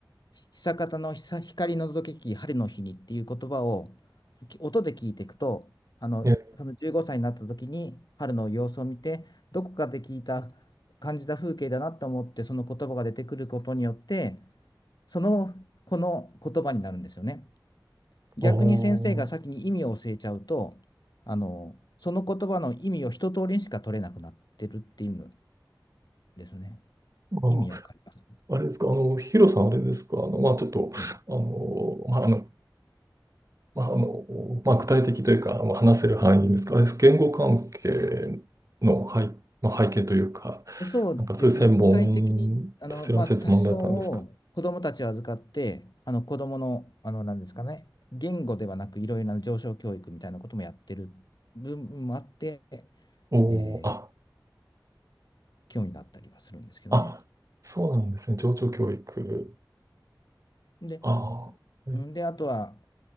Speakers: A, on the left (about 60°); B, on the right (about 45°).
A: ひ久方のひさ光の届けき春の日にっていう言葉をき音で聞いていくと、あの、
B: ね、
A: その15歳になった時に春の様子を見て、どこかで聞いた、感じた風景だなと思って、その言葉が出てくることによって、その、この言葉になるんですよね。逆に先生が先に意味を教えちゃうと、
B: あー
A: あの、その言葉の意味を一通りしか取れなくなってるっていうのですね。
B: あー
A: 意味わかります
B: あれですか、あの、ヒロさんあれですか、あの、まあ、ちょっと、
A: うん
B: あの、まあ、あの、まあ、あの、まあ、具体的というか、まあ、話せる範囲ですか、
A: うん
B: あれです言語関係の背、まあ、背景というか、
A: そうですね、
B: なんかそういう専門、
A: 具体的に、あのまあ、
B: そちらの専門だったんですか。
A: 多少子どもたちを預かって、あの子どもの、あのなんですかね、言語ではなく、いろいろな上昇教育みたいなこともやってる部分もあって、
B: おお、
A: えー
B: あ、
A: 興味があったりはするんですけどね。
B: あ、そうなんですね、情緒教育。
A: うん、で、
B: ああ、はい
A: うんであとは、